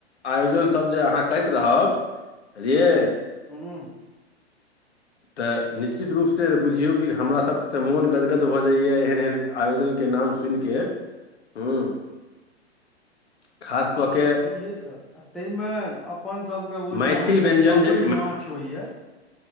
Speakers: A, on the left; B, in the centre.
A: आयोजन सब जे अहाँ करैत रहब बुझलियै।
B: हूँ
A: तऽ निश्चित रूपसँ बुझियौ कि हमरासके तऽ मोन गदगद भऽ जाइया एहन एहन आयोजनके नाम सुनिके हूँ खास कऽ के
B: छैहे तऽ आ ताहिमे अप- अप्पन सब के ओ
A: मैथिल
B: जे अहाँके
A: व्यञ्जन
B: कबई
A: जे
B: माँछ होय या